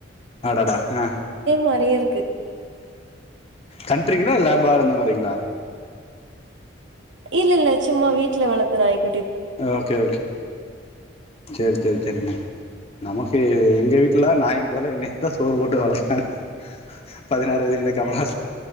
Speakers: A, on the left; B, on the right.
A: ஆடாடா ஆ
B: மாரியே இருக்கு.
A: கண்ட்ரிங்கா லேபார் அந்த மாதிரி பெைங்களா
B: இல்ல இல்ல சும்மா வீட்டு விட்டுல வழக்குற நாய்
A: ஓகே ஓகே சரி சரி சரிங்க நமக்கு எங்க வீட்ல ல்ல நாய்கக்கு போல என்னை தான் சோறு போட்டு வலக் பதினாறு வயதுல கமலா